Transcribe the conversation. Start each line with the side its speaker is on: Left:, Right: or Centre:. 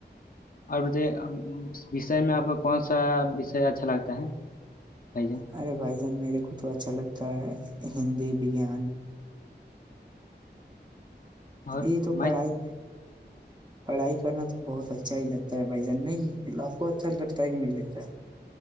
Left: اور بتائیے وسے میں آپ کو کون سا اس سے اچھا لگتا ہے بائی جن
Right: رہا ارے بھائی میرے کو تو اچھا لگتا ہے ہندی وگان
Left: اور
Right: یہ تو
Left: میں
Right: پڑھائی پڑھائی کرنا تو بہت اچھا ہی لگتا ہے بھائی جان نہیں کو اچھا لگتا ہے کہ نہیں لگتا